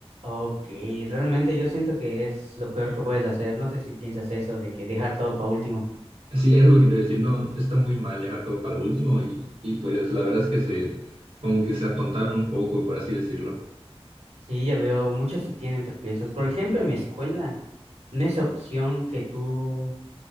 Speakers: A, on the right (about 85°); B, on the right (about 60°).
A: Ok, realmente yo siento que es lo peor que puedes hacer. No sé si piensas eso de que dejar todo para último.
B: Sí, eso es lo que te voy a decir, no, está muy mal dejar todo para último y, y pues la verdad es que se, como que se atontaron un poco, por así decirlo.
A: Sí, ya veo, muchos sí tienen tropiezos. Por ejemplo, en mi escuela, no es opción que tú,